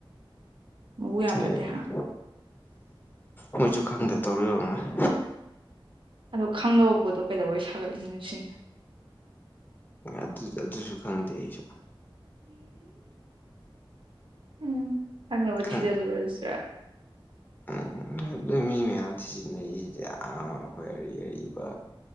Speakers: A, on the right (about 65°); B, on the left (about 20°).
A: ꯃꯕꯨꯛ ꯌꯥꯝ
B: ꯂꯩ
A: ꯐꯠꯇꯦ
B: ꯂꯩ
A: ꯍꯥ
B: ꯃꯣꯏꯁꯨ ꯈꯪꯗ ꯇꯧꯔꯤ ꯑꯣꯢꯔꯝꯅꯤ
A: ꯑꯗꯣ ꯈꯪꯗꯕ ꯄꯣꯠꯇꯣ ꯀꯩꯗꯧꯕꯩ ꯁꯥꯒꯠꯂꯤꯅꯣ ꯁꯤꯅꯤ
B: ꯑꯗꯨ ꯑꯗꯨꯖꯨ ꯈꯪꯗꯦ ꯑꯩꯁꯨ
A: ꯎꯝ ꯈꯪꯅꯕ
B: ꯈꯪ
A: ꯊꯤꯖꯜꯂꯨꯔꯥꯁꯤꯔꯥ
B: ꯎꯝ ꯑꯗꯨ ꯃꯤ ꯃꯌꯥꯝ ꯊꯤꯖꯤꯟꯅꯩꯁꯤꯗꯤ ꯑꯥ ꯑꯩꯈꯣꯏ ꯑꯔꯤ ꯑꯔꯤꯕ